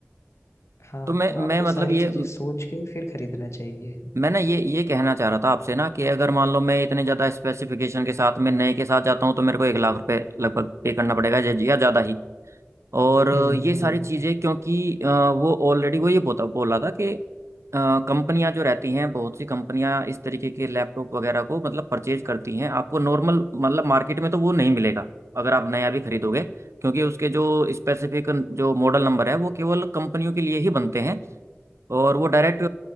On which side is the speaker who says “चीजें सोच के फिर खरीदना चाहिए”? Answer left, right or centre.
Left